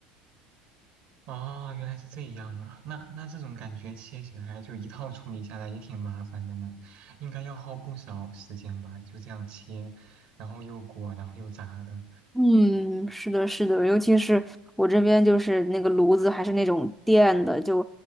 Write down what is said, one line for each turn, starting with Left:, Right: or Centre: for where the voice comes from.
Right: 哦，原来是这样啊，那那这种感觉切起来就一套处理下来也挺麻烦的呢，应该要耗不少时间吧，就这样切，然后又裹，然后又炸的。
Centre: 嗯，是的，是的，尤其是我这边就是那个炉子还是那种电的，就